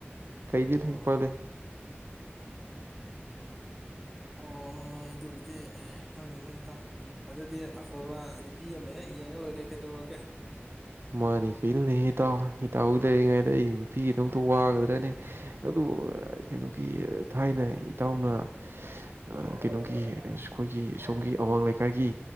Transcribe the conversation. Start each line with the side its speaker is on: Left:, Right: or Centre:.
Right: ꯀꯩꯗꯤ
Centre: ꯑꯣ
Right: <unintelligible>
Centre: ꯑꯣ ꯍꯣꯏ ꯑꯗꯨꯕꯨꯗꯤ ꯐꯪꯗꯦ ꯐꯩꯇꯣ ꯑꯗꯨꯗꯤ ꯑꯐꯕ ꯅꯨꯄꯤ ꯑꯃ ꯍꯦꯛ ꯌꯦꯡꯉ ꯂꯣꯏꯔꯦ ꯀꯩꯗꯧꯔꯒꯦ
Right: ꯃꯥꯅꯤ ꯀꯩꯅꯣꯅꯦꯍꯦ ꯏꯇꯥꯎ ꯏꯇꯥꯎ ꯂꯩꯔꯤꯉꯩꯗ ꯑꯩꯒꯤ ꯅꯨꯄꯤꯒꯤꯗꯃꯛꯇ ꯋꯥꯒꯗ꯭ꯔꯅꯦ ꯑꯗꯨ ꯀꯩꯅꯣꯒꯤ ꯊꯥꯏꯅ ꯏꯇꯥꯎꯅ ꯑꯥ ꯀꯩꯅꯣꯒꯤ ꯑꯥ ꯈꯣꯏꯒꯤ ꯁꯣꯝꯒꯤ ꯑꯋꯥꯡ ꯂꯩꯀꯥꯏꯒꯤ